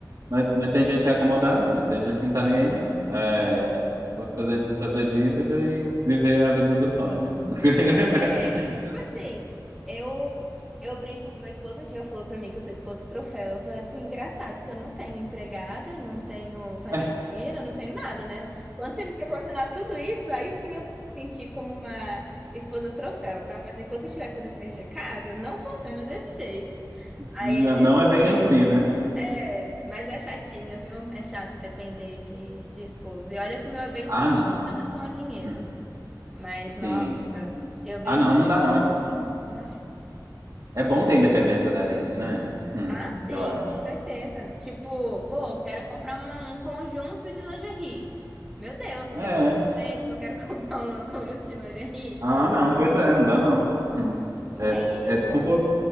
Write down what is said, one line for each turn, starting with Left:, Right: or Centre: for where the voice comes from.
Right: Mas, mas tem gente que é acomodada, tem gente que não tá nem aí, não. É, vou fazer, fazer dívida e viver a vida dos sonhos. <laughs>
Centre: É, tipo assim, eu eu brinco, meu esposo um dia falou pra mim que eu sou esposa troféu. Eu falei assim, engraçado que eu não tenho empregada, não tenho faxineira,
Right: É,
Centre: não tenho nada, né? Quando você me proporcionar tudo isso, aí sim eu vou me sentir como uma esposa troféu, tá? Mas enquanto eu estiver fazendo coisa de casa, não funciona desse jeito. Aí
Right: não,
Centre: ele,
Right: não é bem assim, né?
Centre: é, mas é chatinho, viu? É chato depender de, de esposo. E olha como eu é bem
Right: Ah,
Centre: tranquilo
Right: não.
Centre: em relação a dinheiro.
Right: Hum,
Centre: Mas,
Right: Sim.
Centre: nossa, eu vejo
Right: Ah, não, não dá, não. É,
Centre: que. Ah.
Right: é bom ter independência da gente, né? Hum,
Centre: Ah, sim,
Right: eu acho.
Centre: com certeza. Tipo, pô, quero comprar uma- um conjunto de lingerie. Meu Deus, eu
Right: É.
Centre: tenho que falar pra ele que eu quero <laughs> comprar um conjunto de lingerie.
Right: Ah, não, pois é, não dá, não. Hum.
Centre: Mas
Right: É, é desconfortável.